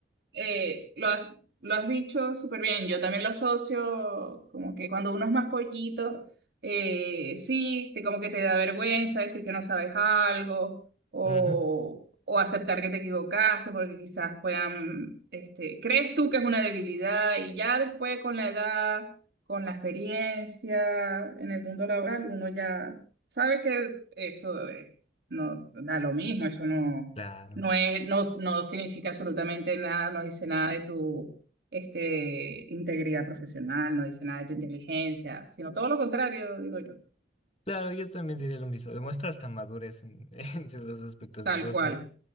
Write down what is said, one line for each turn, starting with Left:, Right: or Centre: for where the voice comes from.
Right: eh, lo has, lo has dicho súper bien. Yo también lo asocio como que cuando uno es más pollito, eh, sí, te, como que te da vergüenza decir que no sabes algo o,
Left: Ujú,
Right: o aceptar que te equivocaste porque quizás puedan, este, crees tú que es una debilidad y ya después con la edad, con la experiencia en el mundo laboral, uno ya sabe que eso, eh, no da lo mismo, eso no.
Left: Claro.
Right: No es, no, no significa absolutamente nada, no dice nada de tu este, integridad profesional, no dice nada de tu inteligencia, sino todo lo contrario, digo yo,
Left: Claro, yo también diría lo mismo. Demuestra hasta madurez en, <laughs> en ciertos aspectos.
Right: tal
Left: Y creo
Right: cual.
Left: que